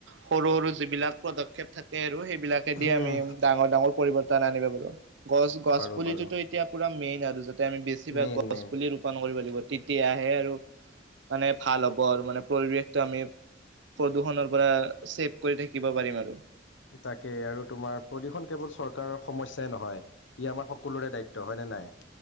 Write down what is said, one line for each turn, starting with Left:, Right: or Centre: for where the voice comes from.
Right: সৰু সৰু যিবিলাক পদক্ষেপ থাকে আৰু সেই। বিলাকে দি
Left: হুম,
Right: আমি ডাঙৰ ডাঙৰ পৰিবৰ্তন আনিব পাৰো। গছ গছ
Left: পাৰোঁ
Right: পুলিটোতো
Left: পাৰোঁ
Right: এতিয়া পুৰা মেইন আৰু যাতে আমি বেছিভাগ
Left: মেইন
Right: গছ
Left: মেইন
Right: পুলি ৰোপন কৰিব লাগিব। তেতিয়াহে আৰু, মানে ভাল হ'ব আৰু মানে পৰিৱেশ। আমি, প্ৰদূষণৰ পৰা ছেভ কৰি থাকিব পাৰিম আৰু।
Left: তাকে আৰু তোমাৰ প্ৰদূষণ কেৱল চৰকাৰৰ সমস্যাই নহয়। ই আমাৰ সকলোৰে দায়িত্ব হয় নে নাই।